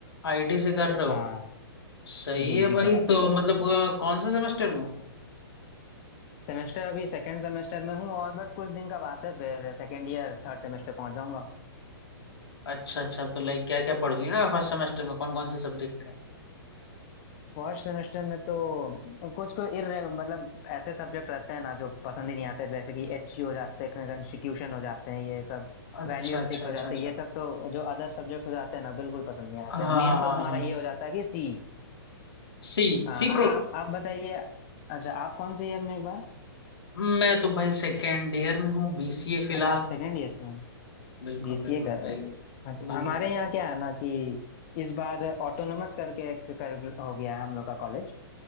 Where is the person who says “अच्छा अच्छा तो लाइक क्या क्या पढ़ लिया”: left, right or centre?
Left